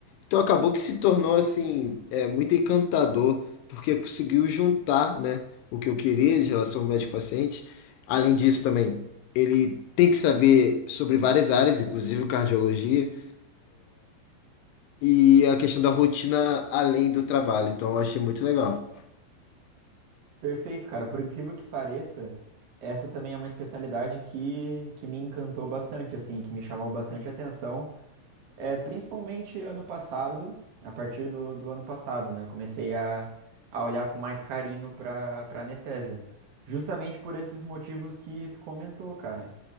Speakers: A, on the left; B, on the right.
A: Então acabou que se tornou assim, é, muito encantador, porque conseguiu juntar, né, o que eu queria de relação ao médico-paciente. Além disso também, ele tem que saber sobre várias áreas, inclusive cardiologia, e a questão da rotina além do trabalho. Então eu achei muito legal.
B: Perfeito, cara. Por incrível que pareça, essa também é uma especialidade que, que me encantou bastante, assim, que me chamou bastante atenção. É, principalmente ano passado, a partir do, do ano passado, né? Eu comecei a, a olhar com mais carinho para para anestesia. Justamente por esses motivos que tu comentou, cara.